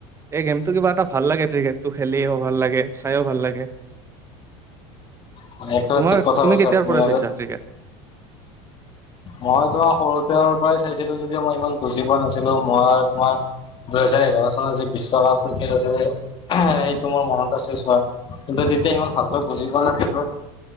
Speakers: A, on the right; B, on the left.
A: এই গেমটো কিবা এটা ভাল লাগে ক্ৰিকেটটো খেলিও ভাল লাগে, চাইও ভাল লাগে।
B: মানে একেবাৰে
A: তোমাৰ,
B: ঠিক কথা
A: তুমি
B: কৈছা
A: কেতিয়াৰ পৰা
B: আৰু
A: চাইছা ক্ৰিকেট?
B: মই তোমাৰ সৰুতে পৰাই চাইছিলো যদিও মই ইমান বুজি পোৱা নাছিলো, মই তোমাৰ দুহেজাৰ এঘাৰ চনৰ যি বিশ্বকাপ ক্ৰিকেট আছে এহ সেইটো মোৰ মনত আছে চোৱা কিন্তু তেতিয়া ইমান ভালকৈ বুজি পোৱা নাছিলো